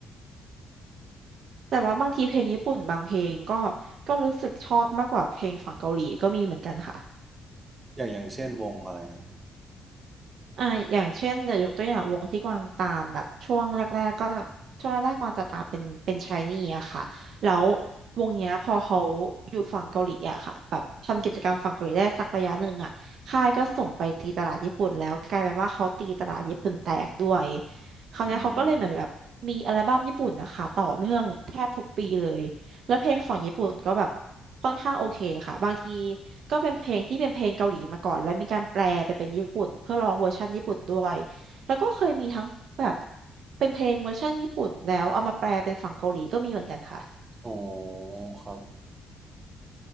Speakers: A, on the right; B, on the right.
A: แต่ว่าบางทีเพลงญี่ปุ่นบางเพลงก็ก็รู้สึกชอบมากกว่าเพลงฝั่งเกาหลีก็มีเหมือนกันค่ะ
B: อย่างอย่างเช่นวงอะไรครับ
A: อ่าอย่างเช่นเดี๋ยวยกตัวอย่างวงที่กวางตามแบบช่วงแรกๆก็ช่วงแรกๆกวางจะตามเป็นเป็นชายนี่อะค่ะแล้ววงเนี้ยพอเขาอยู่ฝั่งเกาหลีอะค่ะแบบทำกิจกรรมฝั่งเกาหลีได้สักระยะหนึ่งอะค่ายก็ส่งไปตีตลาดญี่ปุ่นแล้วกลายเป็นว่าเขาตีตลาดญี่ปุ่นแตกด้วยคราวเนี้ยเขาก็เลยเหมือนแบบมีอัลบั้มญี่ปุ่นนะคะต่อเนื่องแทบทุกปีเลย
B: อืม
A: แล้วเพลงของญี่ปุ่นก็แบบค่อนข้างโอเคค่ะบางทีก็เป็นเพลงที่เป็นเพลงเกาหลีมาก่อนแล้วมีการแปลไปเป็นญี่ปุ่นเพื่อลองเวอร์ชันญี่ปุ่นด้วยแล้วก็เคยมีทั้งแบบเป็นเพลงเวอร์ชันญี่ปุ่นแล้วเอามาแปลเป็นฝั่งเกาหลีก็มีเหมือนกันค่ะ
B: อ๋อครับ